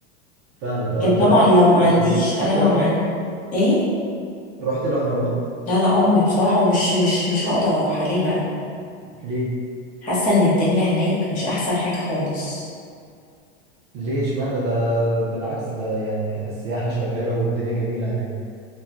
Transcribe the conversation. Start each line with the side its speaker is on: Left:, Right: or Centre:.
Right: فاهمك
Left: لكن
Right: اه أنت
Left: طبعا
Right: رحتي
Left: لو ما
Right: ال...
Left: عنديش انا
Right: رحتي الأهرامات
Left: لو ما عندي ايه
Right: رحتي الأهرامات
Left: لا لا امي بصراحه ومش مش مش هقدر اروح عليه بقى
Right: ليه؟
Left: حاسه ان الدنيا هناك مش احسن حاجه خالص
Right: ليه اشمعنى ده بالعكس ده يعني السياحة شغالة والدنيا جميلة هناك